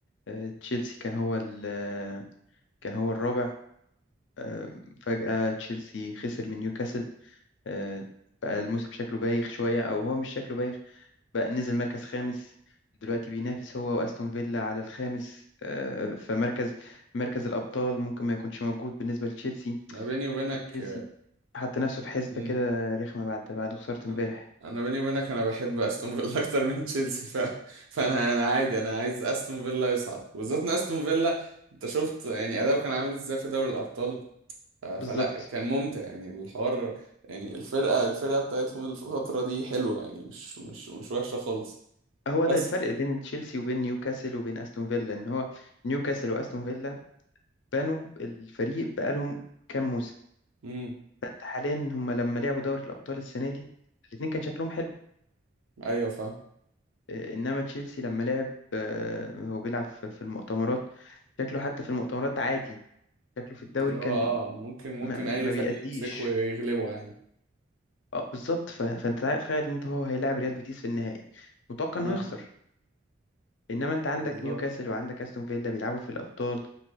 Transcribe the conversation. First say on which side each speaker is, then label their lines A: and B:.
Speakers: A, on the left; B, on the right.
A: آه، تشيلسي كان هو ال- آه، كان هو الرابع آه، فجأة تشيلسي خسر من نيوكاسل آه، بقى الموسم شكله بايخ شوية أو هو مش شكله بايخ بقى نزل مركز خامس دلوقتي بينافس هو وأستون فيلا على الخامس آه، فمركز مركز الأبطال ممكن ما يكونش موجود بالنسبة لتشيلسي
B: انا بيني وبينك
A: تشيلسي حط نفسه في حسبة
B: امم
A: كده رخمة بعد بعد خسارة امبارح
B: انا أنا بيني وبينك انا بحب استون فيلا <laughs> اكتر من تشيلسي ف... فانا انا عادي انا عايز استون فيلا يصعد وبالذات ان استون فيلا انت شفت يعني اداؤه كان عامل ازاي في دوري الابطال ف... فلا
A: بالظبط
B: كان ممتع يعني الحوار يعني الفرقه الفرقه بتاعتهم الفتره دي حلوه يعني مش مش مش وحشه خالص
A: هو
B: بس
A: ده الفرق بين تشيلسي وبين نيوكاسل وبين أستون فيلا إن هو نيوكاسل وأستون فيلا بنوا الفريق بقالهم كام موسم
B: امم
A: فانت حاليا هم لما لعبوا دوري الابطال السنه دي الاتنين كان شكلهم حلو
B: ايوه فاهم
A: آه، انما تشيلسي لما لعب آه، هو بيلعب في في المؤتمرات شكله حتى في المؤتمرات عادي شكله في الدوري
B: اللي
A: كان
B: هو اه ممكن ممكن
A: ما,
B: اي
A: ما
B: فريق
A: بيأديش
B: يمسكه ويغلبه عادي
A: اه بالظبط ف- فانت تخيل ان انت هو هيلاعب ريال بيتيس في النهائي متوقع
B: اه
A: انه يخسر انما انت عندك
B: بالظبط
A: نيوكاسل وعندك استون فيلا بيلعبوا في الابطال